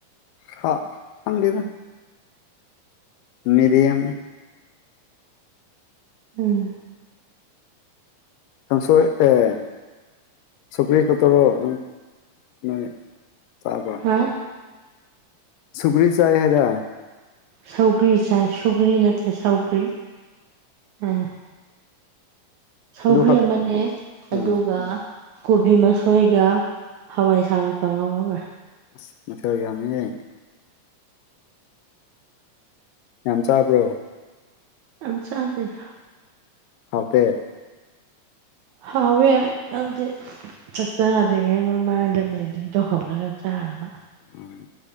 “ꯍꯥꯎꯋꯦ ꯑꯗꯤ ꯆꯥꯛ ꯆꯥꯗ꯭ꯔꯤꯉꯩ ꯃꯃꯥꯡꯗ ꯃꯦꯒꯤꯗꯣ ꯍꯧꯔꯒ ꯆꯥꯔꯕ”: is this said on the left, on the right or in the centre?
Right